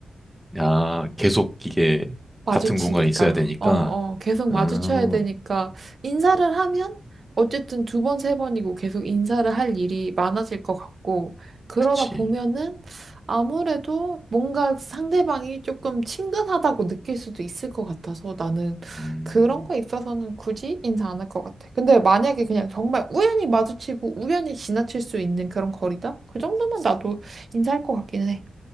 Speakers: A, in the centre; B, on the right.
A: 야, 계속 이게
B: 마주치니까.
A: 같은 공간에 있어야 되니까.
B: 어, 어, 계속 마주쳐야
A: 음,
B: 되니까 인사를 하면 어쨌든 두 번, 세 번이고 계속 인사를 할 일이 많아질 것 같고 그러다
A: 그치.
B: 보면은 아무래도 뭔가 상대방이 조금 친근하다고 느낄 수도 있을 것 같아서 나는
A: 음,
B: 그런 거에 있어서는 굳이 인사 안 할 것 같아. 근데 만약에 그냥 정말 우연히 마주치고 우연히 지나칠 수 있는 그런 거리다? 그 정도면 나도 인사할 것 같기는 해.